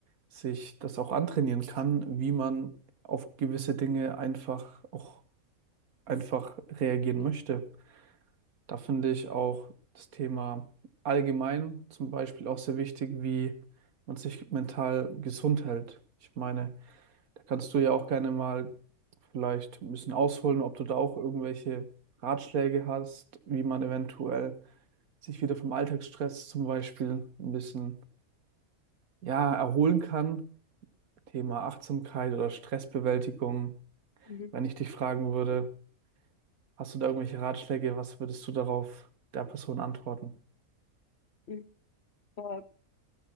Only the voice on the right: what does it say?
sich das auch antrainieren kann, wie man auf gewisse Dinge einfach auch einfach reagieren möchte. Da finde ich auch das Thema allgemein zum Beispiel auch sehr wichtig, wie man sich mental gesund hält. Ich meine, da kannst du ja auch gerne mal vielleicht ein bisschen ausholen, ob du da auch irgendwelche Ratschläge hast, wie man eventuell sich wieder vom Alltagsstress zum Beispiel ein bisschen, ja, erholen kann. Thema Achtsamkeit oder Stressbewältigung.
Wenn ich dich fragen würde, hast du da irgendwelche Ratschläge, was würdest du darauf der Person antworten?